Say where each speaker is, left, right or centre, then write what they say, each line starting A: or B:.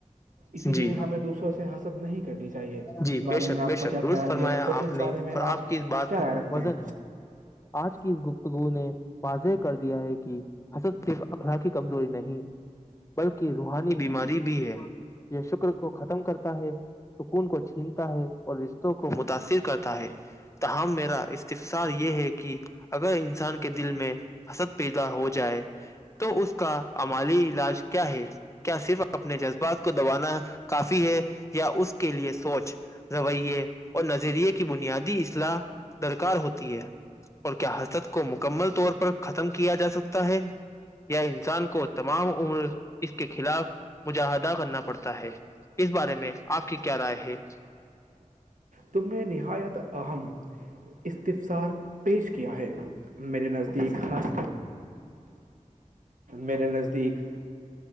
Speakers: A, on the right; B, on the left.
A: اسی
B: جی
A: لیے ہمیں دوسروں سے حاسل نہیں کرنی چاہیے
B: جی
A: اس بارے
B: بے شک
A: میں آپ
B: بے شک
A: کا کیا
B: درست
A: خیال
B: فرمایا
A: ہے اور
B: آپ
A: اس
B: نے
A: بارے میں
B: اور
A: آپ
B: کی اس بات
A: کیا
B: میں
A: رائے رکھتے
B: وزن
A: ہیں
B: ہے آج کی اس گپتگو نے واضح کر دیا ہے کہ حسد صرف اخلاقی کمزوری نہیں بلکہ روحانی بیماری بھی ہے یہ شکر کو ختم کرتا ہے سکون کو چھینتا ہے اور رشتوں کو متاثر کرتا ہے تاہم میرا استفصار یہ ہے کہ کہ اگر انسان کے دل میں حسد پیدا ہو جائے تو اس کا امالی علاج کیا ہے کیا صرف اپنے جذبات کو دبانا کافی ہے یا اس کے لیے سوچ رویے اور نظریے کی بنیادی اصلاح درکار ہوتی ہے اور کیا حرت کو مکمل طور پر ختم کیا جا سکتا ہے یا انسان کو تمام عمر اس کے خلاف مجاہدہ کرنا پڑتا ہے اس بارے میں آپ کی کیا رائے ہے
A: تم نے نہایت اہم استفسار پیش کیا ہے میرے نزدیک ہات میرے نزدیک